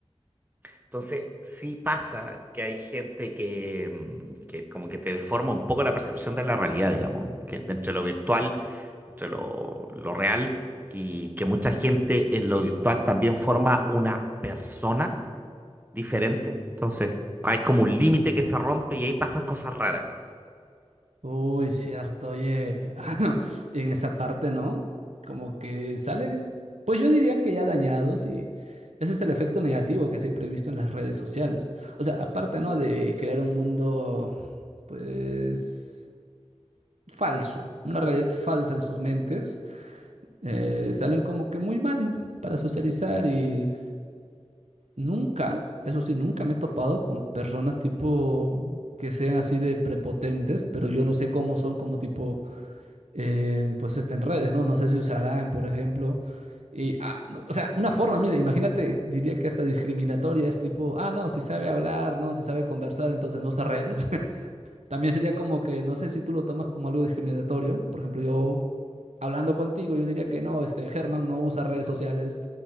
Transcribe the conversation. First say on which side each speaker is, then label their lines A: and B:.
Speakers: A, on the right; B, on the right.
A: entonces sí pasa que hay gente que, mm, que como que te deforma un poco la percepción de la realidad, digamos, que entre lo virtual, entre lo, lo real, y que mucha gente en lo virtual también forma una persona diferente. Entonces, hay como un límite que se rompe y ahí pasan cosas raras.
B: Uy, cierto, oye, <laughs> ah, no, en esa parte, ¿no? Como que salen, pues yo diría que ya dañados y ese es el efecto negativo que siempre he visto en las redes sociales. O sea, aparte, ¿no? De crear un mundo, pues, falso, una realidad falsa en sus mentes, eh, salen como que muy mal para socializar y nunca, eso sí, nunca me he topado con personas tipo que sean así de prepotentes, pero yo no sé cómo son como tipo eh, pues este, en redes, ¿no? No sé si usarán, por ejemplo. Y, ah, no, o sea, una forma, mira, imagínate, diría que hasta discriminatoria es tipo, ah, no, si sabe hablar, ¿no? Si sabe conversar, entonces no usa redes. <laughs> También sería como que, no sé si tú lo tomas como algo discriminatorio. Por ejemplo, yo hablando contigo, yo diría que no, este, Germán no usa redes sociales